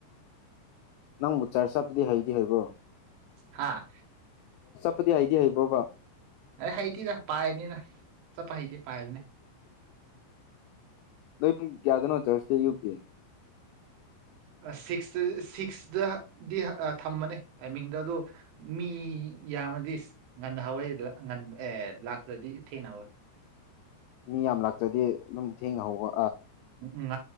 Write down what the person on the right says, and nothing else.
ꯍꯥꯥ
ꯑꯦ ꯍꯩꯇꯤꯔ ꯄꯥꯏꯕꯅꯤꯅ ꯆꯠꯄ ꯍꯩꯇꯦ ꯄꯥꯏꯕꯅꯦ
ꯁꯤꯛꯁꯇ ꯁꯤꯛꯁꯇꯗꯤ ꯊꯝꯕꯅꯦ ꯇꯥꯏꯃꯤꯡꯗꯣ ꯑꯗꯣ ꯃꯤ ꯌꯥꯝꯃꯗꯤ ꯉꯟꯅꯍꯥꯎꯋꯦ ꯉ ꯑꯦ ꯂꯥꯛꯇ꯭ꯔꯗꯤ ꯊꯦꯡꯅꯍꯧꯋꯦ
ꯎꯝ